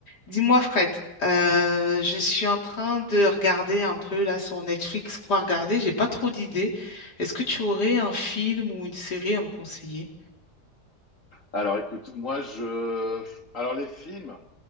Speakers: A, on the left (about 85°); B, on the left (about 50°).
A: Dis-moi, Fred, euh, je suis en train de regarder un peu là sur Netflix quoi regarder. J'ai pas trop d'idées. Est-ce que tu aurais un film ou une série à me conseiller?
B: Alors écoute, moi je. Alors les films,